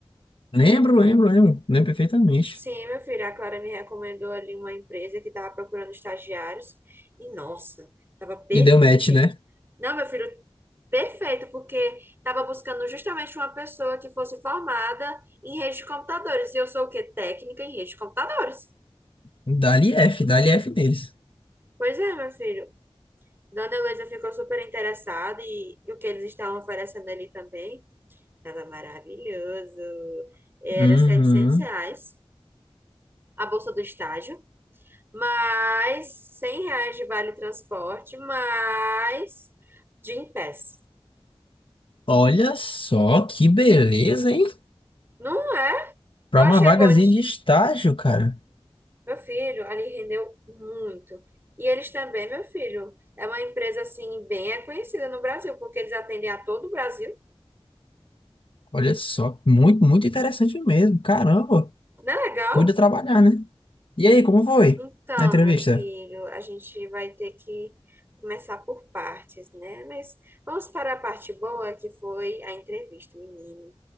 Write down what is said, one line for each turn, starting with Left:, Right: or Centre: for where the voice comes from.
Left: Lembro, lembro, lembro, lembro perfeitamente.
Right: Sim, meu filho, a Clara me recomendou ali uma empresa que tava procurando estagiários. E, nossa, tava perfeito.
Left: E deu match, né?
Right: Não, meu filho, perfeito, porque tava buscando justamente uma pessoa que fosse formada em rede de computadores. E eu sou o quê? Técnica em rede de computadores.
Left: Dali F, dali F deles.
Right: Pois é, meu filho. Dona Heloísa ficou super interessada e, e o que eles estavam oferecendo ali também estava maravilhoso. Era
Left: Uhum.
Right: 700 reais a bolsa do estágio, mais 100 reais de vale transporte, mais Gym Pass.
Left: Olha só que beleza, hein?
Right: Não é?
Left: Para
Right: Eu achei
Left: uma vagazinha
Right: bom. de-
Left: de estágio, cara.
Right: Meu filho, ali rendeu muito. E eles também, meu filho, é uma empresa assim bem conhecida no Brasil, porque eles atendem a todo o Brasil.
Left: Olha só, muito, muito interessante mesmo. Caramba,
Right: Não é legal?
Left: cuida trabalhar, né? E aí, como foi
Right: Então,
Left: na entrevista?
Right: meu filho, a gente vai ter que começar por partes, né? Mas vamos para a parte boa, que foi a entrevista, menino.